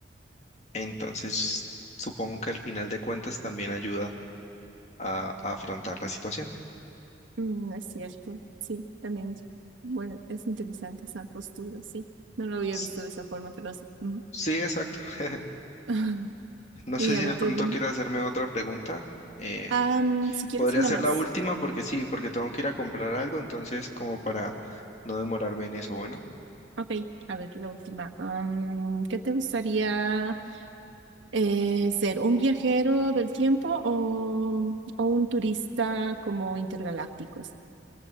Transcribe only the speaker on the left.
Entonces, supongo que al final de cuentas también ayuda a, a afrontar la situación.
S-
Sí, exacto. <laughs>
No
sé
si
de
pronto
quieres hacerme otra pregunta. Eh,
podría
ser
la última porque sí, porque tengo que ir a comprar algo, entonces como para no demorarme en eso, bueno.